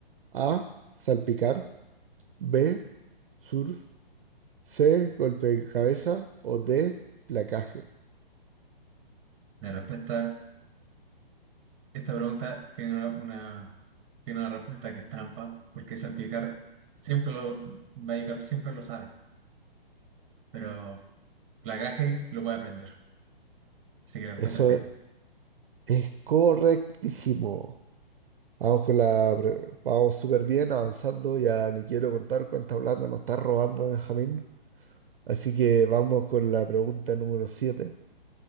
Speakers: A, on the right; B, on the right.
A: A. Salpicar. B. Surf. C, golpe de cabeza o D, placaje.
B: La respuesta Esta pregunta tiene una, una- tiene una respuesta que es trampa, porque salpicar siempre lo, Magikarp siempre lo sabe, pero Plagaje lo puede aprender. Así que la respuesta
A: Eso
B: es D.
A: es correctísimo. Vamos con la... pre- Vamos súper bien avanzando. Ya ni quiero contar cuánta plata nos está robando Benjamín. Así que vamos con la pregunta número 7.